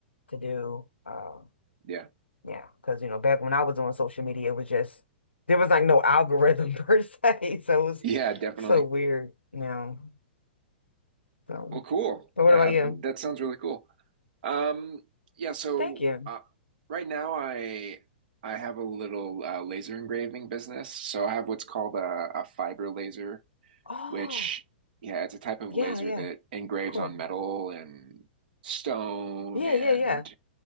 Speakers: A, on the left; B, on the right.
A: to do. Um,
B: Yeah.
A: yeah, because you know, back when I was on social media, it was just there was like no algorithm <laughs> per se, so it was
B: Yeah, definitely.
A: so weird now. So,
B: Well, cool.
A: but what
B: That
A: about you?
B: that sounds really cool. Um, yeah, so
A: Thank you.
B: uh, right now I I have a little uh, laser engraving business. So I have what's called a, a fiber laser,
A: Oh,
B: which yeah, it's a type of
A: yeah,
B: laser
A: yeah,
B: that engraves
A: cool.
B: on metal and stone
A: Yeah,
B: and
A: yeah, yeah.